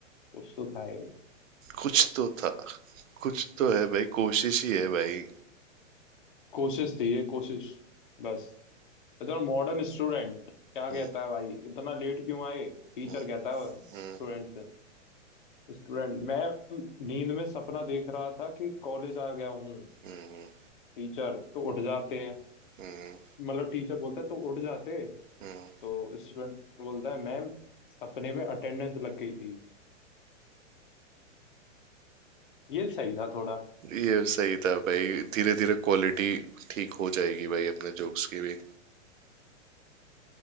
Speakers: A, on the left; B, on the right.
A: कुछ तो था ये
B: कुछ तो था कुछ तो है भाई कोशिश ही है भाई
A: कोशिश थी ये कोशिश बस इतना मॉडर्न स्टूडेंट क्या कहता
B: हम्म,
A: है भाई इतना लेट क्यों आए टीचर
B: हम्म,
A: कहता है स्टूडेंट
B: हम्म,
A: से स्टूडेंट मैं नींद में सपना देख रहा था कि कॉलेज आ गया हूँ
B: हम्म,
A: टीचर तो उठ जाते हैं
B: हम्म,
A: मतलब टीचर बोलता है तो उठ जाते
B: हम्म।
A: तो स्टूडेंट बोलता है मैम सपने में अटेंडेंस लग गई थी ये सही था थोड़ा
B: ये सही था भाई धीरे धीरे क्वालिटी ठीक हो जाएगी भाई अपने जोक्स की भी